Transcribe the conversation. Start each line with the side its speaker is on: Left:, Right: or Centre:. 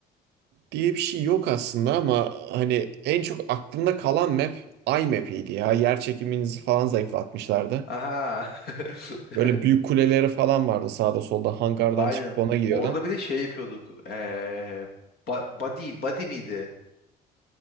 Right: diye bir şey yok aslında ama hani en çok aklımda kalan map iMap'iydi ya. Yer çekiminizi falan zayıflatmışlardı.
Left: Aha. <laughs>
Right: Böyle büyük kuleleri falan vardı sağda solda hangardan
Left: Aynen.
Right: çıkıp ona gidiyordun.
Left: Orada bir de şey yapıyorduk. Ee, ba- body, body miydi?